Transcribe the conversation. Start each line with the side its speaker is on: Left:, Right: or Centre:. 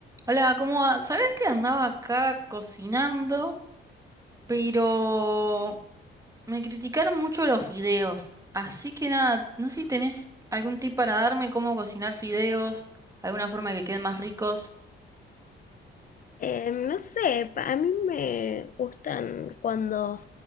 Right: Hola, ¿cómo va? ¿Sabés que andaba acá cocinando? Pero me criticaron mucho los fideos. Así que nada, no sé si tenés algún tip para darme cómo cocinar fideos, alguna forma que queden más ricos.
Left: Eh, no sé, pa- a mí me gustan cuando